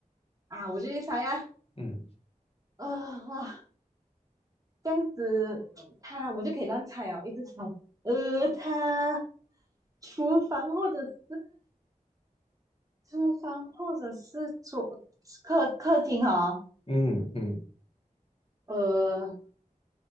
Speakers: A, on the right; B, on the left.
A: 啊，我就去猜呀、啊，
B: 嗯
A: 呃，哇。这样子，他我就可以乱猜哦，一直猜。呃，他厨房或者是厨房或者是桌客客厅哦，
B: 嗯嗯，
A: 呃，